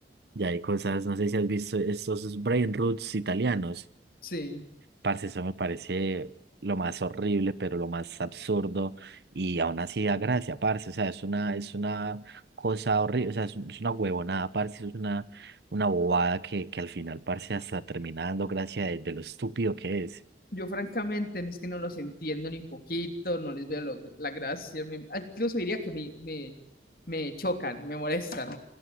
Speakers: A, on the right (about 65°); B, on the left (about 50°).
A: ya hay cosas, no sé si has visto estos brain roots italianos.
B: Sí.
A: Parce, eso me parece lo más horrible, pero lo más absurdo, y aún así da gracia, parce. O sea, es una, es una cosa horrible, o sea, es, un- es una huevonada, parce, es una, una bobada que, que al final, parce, hasta termina dando gracia de, de lo estúpido que es.
B: Yo francamente no es que no los entiendo ni poquito, no les veo lo- la gracia. me- incluso diría que me, me, me chocan, me molestan.